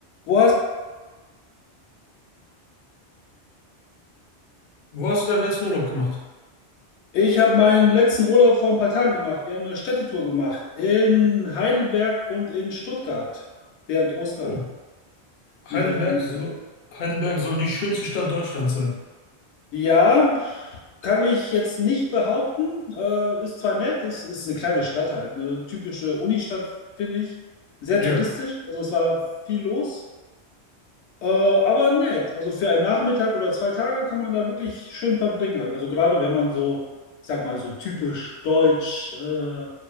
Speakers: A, on the left; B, on the left.
A: Wo hast
B: Wo hast du deinen letzten Urlaub gemacht?
A: Ich habe meinen letzten Urlaub vor ein paar Tagen gemacht. Wir haben eine Städtetour gemacht in Heidelberg und in Stuttgart während Ostern
B: Oh, Heidelberg,
A: mit der Familie.
B: so, Heidelberg soll die schönste Stadt Deutschlands sein.
A: Ja, kann ich jetzt nicht behaupten. Äh, ist zwar nett, ist, ist eine kleine Stadt halt, eine typische Unistadt, finde ich. Sehr
B: Ja,
A: touristisch, also es war viel los. Äh, aber nett. Also für einen Nachmittag oder zwei Tage kann man da wirklich schön verbringen halt. Also gerade wenn man so, ich sag mal, so typisch deutsch äh,